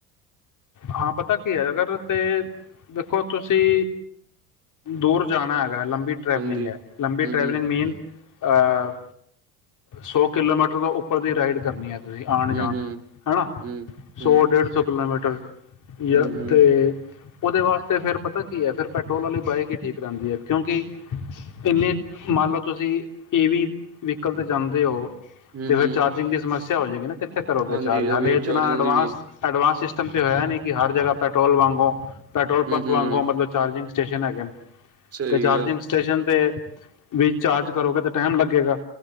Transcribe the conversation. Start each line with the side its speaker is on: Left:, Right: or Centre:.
Left: ਹਾਂ ਪਤਾ ਕੀ ਆ, ਅਗਰ ਤੇ ਦੇਖੋ ਤੁਸੀਂ ਦੂਰ ਜਾਣਾ ਆ। ਲੰਬੀ ਟਰੈਵਲਿੰਗ
Right: ਹਾਂਜੀ
Left: ਆ, ਲੰਬੀ
Right: ਹਮ
Left: ਟਰੈਵਲਿੰਗ
Right: ਹਮ
Left: ਮੀਨ ਆਹ, ਸੌ ਕਿਲੋਮੀਟਰ ਤੋਂ ਉੱਪਰ ਦੀ ਰਾਈਡ ਕਰਨੀ ਆ। ਤੁਸੀਂ ਆਉਣ
Right: ਹਮ
Left: ਜਾਣ
Right: ਹਮ
Left: ਹਨਾ,
Right: ਹਮ ਹਮ
Left: ਸੌ ਡੇਢ ਸੌ ਕਿਲੋਮੀਟਰ ਟ ਜਾਂ
Right: ਹਮ ਹਮ
Left: ਤੇ ਉਹਦੇ ਵਾਸਤੇ ਫਿਰ ਪਤਾ ਕੀ ਹੈ, ਫਿਰ ਪੈਟਰੋਲ ਵਾਲੀ ਬਾਈਕ ਹੀ ਠੀਕ ਰਹਿੰਦੀ ਹੈ। ਕਿਉਂਕਿ ਇੰਨੇ ਮੰਨ ਲਓ ਤੁਸੀਂ ਏ ਵੀ ਜਾਂਦੇ ਹੋ
Right: ਹਮ
Left: ਤੇ ਫਿਰ
Right: ਹਮ
Left: ਚਾਰਜਿੰਗ ਦੀ ਸਮੱਸਿਆ ਹੋ ਜਾਏਗੀ ਨਾ, ਕਿੱਥੇ ਕਰੋਗੇ
Right: ਹਾਂਜੀ
Left: ਚਾਰਜ
Right: ਇਹ
Left: ਹਾਲੇ
Right: ਵੀ
Left: ਇਤਨਾ
Right: ਚਾਰਜਿੰਗ
Left: ਐਡਵਾਂਸ
Right: ਦੀ ਵੀ
Left: ਐਡਵਾਂਸ ਸਿਸ ਹੋਇਆ ਨਹੀਂ ਕਿ ਹਰ ਜਗ੍ਹਾ ਪੈਟਰੋਲ ਵਾਂਗੂੰ ਪੈਟਰੋਲ
Right: ਹਮ
Left: ਪੰਪ
Right: ਹਮ
Left: ਵਾਂਗੂ, ਮਤਲਬ ਚਾਰਜਿੰਗ ਸਟੇਸ਼ਨ ਹੈਗਾ।
Right: ਸਹੀ
Left: ਤੇ ਚਾਰਜਿੰਗ
Right: ਆ
Left: ਸਟੇਸ਼ਨ ਤੇ ਵੀ ਚਾਰਜ ਕਰੋਗੇ ਤੇ ਟਾਈਮ ਲੱਗੇਗਾ।